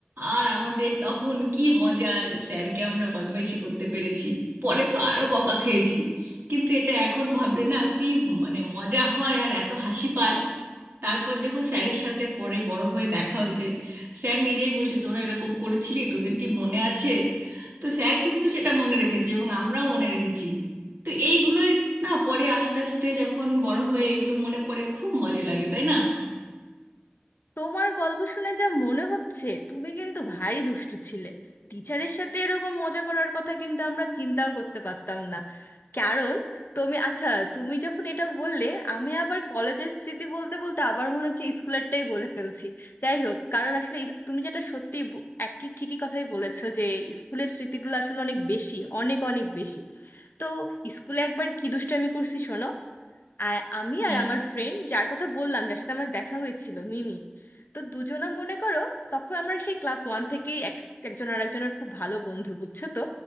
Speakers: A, on the right; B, on the left.
A: আর আমাদের তখন কি মজা যে স্যারকে আমরা বদমাইশি করতে পেরেছি পরে তো আরো বকা খেয়েছি কিন্তু এটা এখন ভাবলে না কি মানে মজা হয় আর এত হাসি পায় তারপর যখন স্যারের সাথে পরে বড় হয়ে দেখা হয়েছে স্যার নিজেই বলছে তোরা এরকম করেছিলি তোদের কি মনে আছে তো স্যার কিন্তু সেটা মনে রেখেছে এবং আমরাও মনে রেখেছি তো এইগুলোই না পরে আস্তে আস্তে যখন বড় হয়ে এগুলো মনে পড়ে খুব মজা লাগে তাই না
B: তোমার গল্প শুনে যা মনে হচ্ছে তুমি কিন্তু ভারী দুষ্টু ছিলে টিচারের সাথে এরকম মজা করার কথা কিন্তু আমরা চিন্তাও করতে পারতাম না কারণ তুমি আচ্ছা তুমি যখন এটা বললে আমি আবার কলেজের স্মৃতি বলতে বলতে আবার মনে হচ্ছে স্কুলেরটাই বলে ফেলছি যাই হোক কারণ আসলে ইস- তুমি যেটা সত্যি ব- একই ঠিকই কথাই বলেছো যে স্কুলের স্মৃতিগুলো আসলে অনেক বেশি অনেক অনেক বেশি তো স্কুলে একবার কি দুষ্টামি করছি শোনো আর আমি
A: হ্যাঁ
B: আর আমার ফ্রেন্ড যার কথা বললাম যার সাথে আমার দেখা হয়েছিল মিমি তো দুজনা মনে করো তখন আমরা সেই ক্লাস ওয়ান থেকেই এক একজন আর একজনের খুব ভালো বন্ধু বুঝছো তো